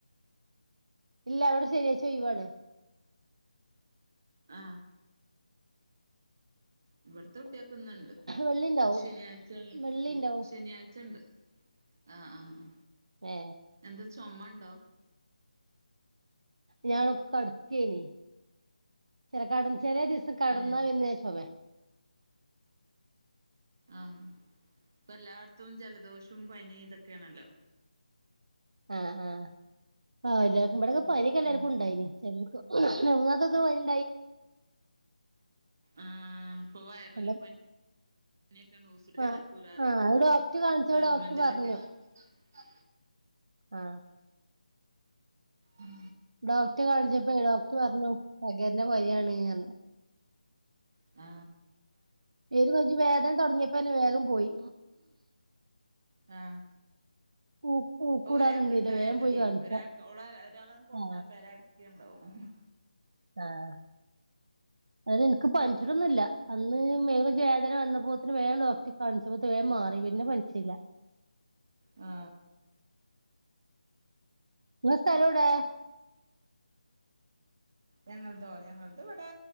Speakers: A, on the right (about 50°); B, on the right (about 25°).
A: ഇല്ല അവിടെ ശരിയാ ചെയ് വാണ്
B: ആ ഇവി തൊട്ടിയക്കുന്നുണ്ട്
A: വെള്ളി ഉണ്ടാവും
B: ശനിയാഴ്ച
A: വെള്ളി
B: സ്കൂൾ
A: ഉണ്ടാവും
B: ശനിയാഴ്ചണ്ട് ആഹ് ആ ആ
A: ഏ
B: എന്താ ചൊമണ്ടോ
A: ഞാൻ കടക്കേനി ചിലക്കട ചെല ദീസം കടന്നാ
B: ഏഹ്
A: വിന്നെച്ചൊമയാ
B: ആ ഇപ്പ എല്ലായിടത്തും ജലദോഷം റ്റും പനി ഇതൊക്കെയാണല്ലോ
A: ആ ആ ആ എല്ലാവർക്കും ഇടൊക്കെ
B: ഉം
A: പനിക്കെ എല്ലാർക്കും
B: ഉം
A: ഉണ്ടായിനി ക്കക്ക <unintelligible>
B: ആ ഇപ്പൊ വൈറൽപ്പനീ
A: എല്ലാം
B: നൊക്കെ <unintelligible>
A: ആ
B: കൂലാറിയ്ണ്ട്
A: ആ അത് ഡോക്ടർ കാണിച്ചപ്പോ
B: ഗവർമെന്റിലൊക്കെ
A: ഡോക്ടർ പറഞ്ഞു
B: ആ
A: ആ
B: ഉം
A: ഡോക്ടർ കാണിച്ചപ്പോ ഡോക്ടർ പറഞ്ഞു പകരുന്ന പനിയാണ്ന്ന്
B: ആ
A: പേര് കഴിഞ്ഞു വേദന തുടങ്ങിയപ്പോനെ വേഗം പോയി
B: ആ
A: ഊ- ഊക്കൂടാൻ
B: അപ്പ ഒരാൾക്ക്
A: നിന്നില്ല
B: ഇണ്ടായാ
A: വേഗം
B: മതിയേ
A: പോയി കാണിച്ച
B: ഒരാൾക്ക് ഒളാരാ ഒരാളാണ് കൊട്ന്ന
A: ആ
B: പെരാടക്കെണ്ടാവും മ്
A: ആഹ് അയ്ന് ഇൻക്ക് പനിച്ച്ണൊന്നുല്ല അന്ന് ഉം ദേഹം വേദന വന്നപ്പോത്തിന് വേഗം ഡോക്ടറി കാണിച്ചപ്പോത്ത് വേഗം മാറി പിന്നെ പനിച്ചീല്ല
B: ആ
A: നിങ്ങ സ്ഥലൗടേ
B: ഞങ്ങള്തോ ഞങ്ങളത് ഇവിടെ